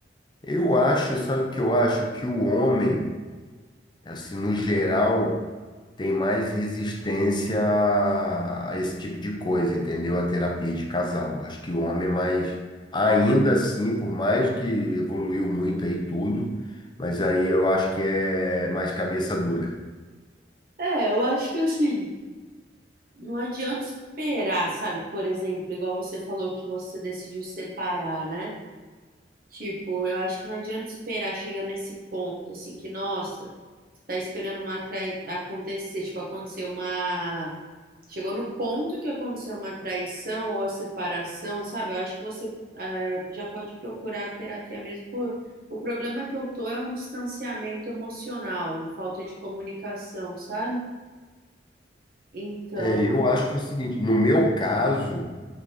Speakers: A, on the left (about 25°); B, on the right (about 55°).
A: Eu acho, sabe o que eu acho? Que o homem, assim, no geral, tem mais resistência a a esse tipo de coisa, entendeu? A terapia de casal. Acho que o homem é mais, ainda assim, por mais que evoluiu muito aí tudo, mas aí eu acho que é mais cabeça dura.
B: É, eu acho que assim, não adianta esperar, sabe? Por exemplo, igual você falou que você decidiu separar, né? Tipo, eu acho que não adianta esperar chegar nesse ponto, assim, que, nossa, você tá esperando uma trai... acontecer, tipo, aconteceu uma. Chegou no ponto que aconteceu uma traição ou a separação, sabe? Eu acho que você eh, já pode procurar a terapia mesmo por. O problema que eu tô é um distanciamento emocional e falta de comunicação, sabe? Então,
A: É, eu acho que é o seguinte, no meu caso,